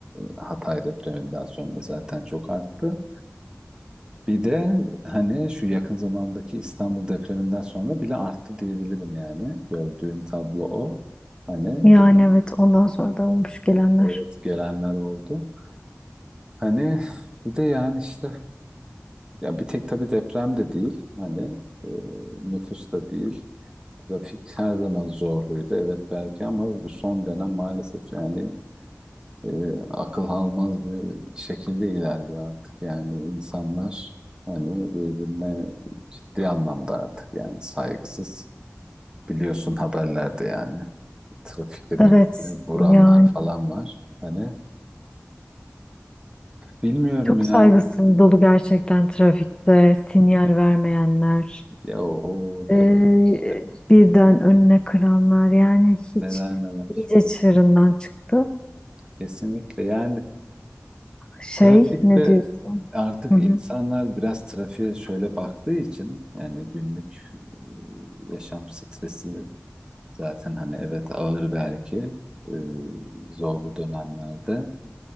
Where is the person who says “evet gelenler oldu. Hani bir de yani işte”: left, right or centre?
Right